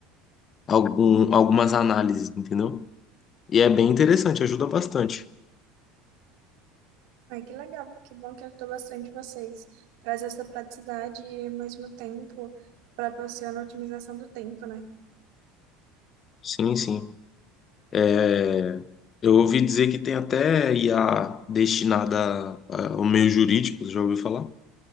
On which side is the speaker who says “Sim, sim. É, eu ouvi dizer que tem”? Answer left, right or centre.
Left